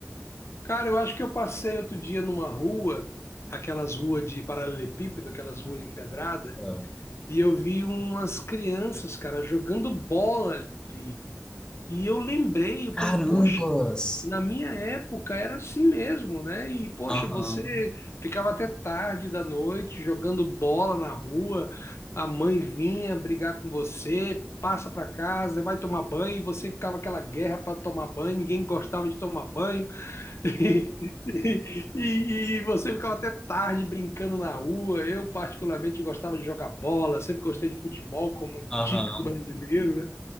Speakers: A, on the left; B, on the left.
A: Cara, eu acho que eu passei outro dia numa rua, aquelas ruas de paralelepípedo, aquelas ruas empedradas,
B: ah,
A: e eu vi umas crianças, cara, jogando bola ali. E eu lembrei, eu falei,
B: Carambas!
A: poxa, na minha época era assim mesmo, né? E poxa,
B: Aham,
A: você ficava até tarde da noite jogando bola na rua, a mãe vinha brigar com você, passa pra casa, vai tomar banho, e você ficava aquela guerra para tomar banho, ninguém gostava de tomar banho. <laughs> E, e você ficava até tarde brincando na rua. Eu particularmente gostava de jogar bola, sempre gostei de futebol como um
B: aham.
A: típico brasileiro, né?